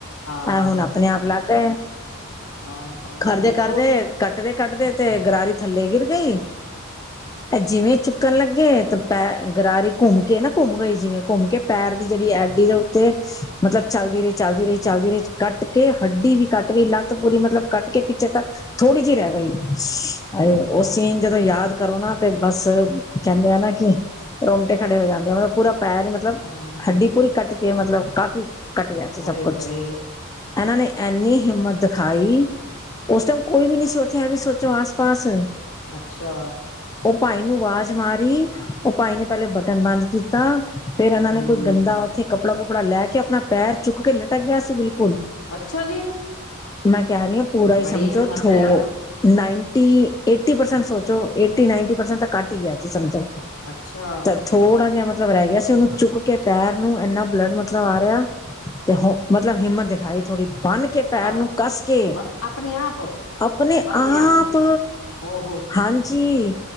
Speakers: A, on the left (about 70°); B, on the left (about 15°).
A: ਹਾਂ
B: ਹਹ ਹੁਣ ਆਪਣੇ ਆਪ ਅਲੱਗ ਹੈ
A: ਹਾਂ
B: ਕਰਦੇ
A: ਦੇਖੋ
B: ਕਰਦੇ ਕੱਟਦੇ ਕੱਟਦੇ ਤੇ ਗਰਾਰੀ ਥੱਲੇ ਗਿਰ ਗਈ ਤੇ ਜਿਵੇਂ ਚੁੱਕਣ ਲੱਗੇ ਤੇ ਪੈ ਗਰਾਰੀ ਘੁੰਮ ਕੇ ਨਾ ਘੁੰਮ ਗਈ ਜਿਵੇਂ ਘੁੰਮ ਕੇ ਪੈਰ ਦੀ ਜਿਹੜੀ ਐਡੀ ਦੇ ਉੱਤੇ ਮਤਲਬ ਚੱਲਦੀ ਰਹੀ ਚੱਲਦੀ ਰਹੀ ਚੱਲਦੀ ਰਹੀ ਕੱਟ ਕੇ ਹੱਡੀ ਵੀ ਕੱਟ ਗਈ ਲੱਗ ਪੂਰੀ ਮਤਲਬ ਕੱਟ ਕੇ ਪਿੱਛੇ ਤੱਕ ਥੋੜੀ ਜਿਹੀ ਰਹਿ ਗਈ ਅ ਉਹ ਸੀਨ ਜਦੋਂ ਯਾਦ ਕਰੋ ਨਾ ਤੇ ਬਸ ਕਹਿੰਦੇ ਆ ਨਾ ਕਿ ਰਮਟੇ ਖੜੇ ਹੋ ਜਾਂਦੇ ਆ ਮਤਲਬ ਪੂਰਾ ਪੈ ਰਹੀ ਮਤਲਬ
A: ਹਾਂ
B: ਹੱਡੀ ਪੂਰੀ ਕੱਟ ਕੇ ਮਤਲਬ ਕਾਫ਼ੀ ਘੱਟ ਗਿਆ ਸੀ ਸਭ
A: ਓਏ
B: ਕੁਛ
A: ਹੋਏ
B: ਇਹਨਾਂ ਨੇ ਇੰਨੀ ਹਿੰਮਤ ਦਿਖਾਈ ਉਸ ਟਾਈਮ ਕੋਈ ਵੀ ਨਹੀਂੀ ਸੀ ਉੱਥੇ ਐਂ ਵੀ ਸੋਚੋ ਆਸ ਪਾਸ
A: ਅੱਛਾ
B: ਉਹ ਭਾਈ ਨੂੰ ਆਵਾਜ਼ ਮਾਰੀ ਉਹ ਭਾਈ ਨੇ ਪਹਿਲੇ ਬਟਨ ਬੰਦ ਕੀਤਾ ਫੇਰ ਇਹਨਾਂ
A: ਹਮ
B: ਨੇ ਕੋਈ ਗੰਦਾ ਉੱਥੇ ਕੱਪੜਾ ਕੁੱਪੜਾ ਲੈ ਕੇ ਆਪਣਾ ਪੈਰ ਚੁੱਕ ਕੇ ਲਟਕ ਗਿਆ ਸੀ ਬਿਲਕੁਲ
A: ਅੱਛਾ ਜੀ
B: ਮੈਂ ਕਹਿ ਰਹੀ ਹਾਂ ਪੂਰਾ ਹੀ
A: ਬੜੀ
B: ਸਮਝੋ
A: ਹਿੰਮਤ
B: ਥ
A: ਹੈ
B: ਨਾਈਨ ਏਟੀ ਪਰਸੈਂਟ ਸੋਚੋ ਏਟੀ ਨਨਟੀ ਪਰਸੈਂਟ ਤਾਂ ਘੱ ਹੀ ਸਮਝੋ
A: ਅੱਛਾ
B: ਤਾਂ ਥੋੜਾ ਜਿਹਾ ਮਤਲਬ ਮਤਲਬ ਰਹਿ ਗਿਆ ਸੀ ਉਹਨੂੰ ਚੁੱਕ ਕੇ ਪੈਰ ਨੂੰ ਇੰਨਾ ਬਲੱਡ ਮਤਲਬ ਆ ਰਿਹਾ ਤੇ ਹ ਮਤਲਬ ਹਿੰਮਤ ਦਿਖਾਈ ਥੋੜ੍ਹੀ ਬੰਨ ਕੇ ਪੈਰ
A: ਆਪ
B: ਨੂੰ ਕੱਸ ਕੇ
A: ਮਤਲਬ ਆਪਣੇ ਆਪ
B: ਆਪਣੇ
A: ਬਣ ਲਿਆ
B: ਆਪ
A: ਹੋ
B: ਹਾਂਜੀ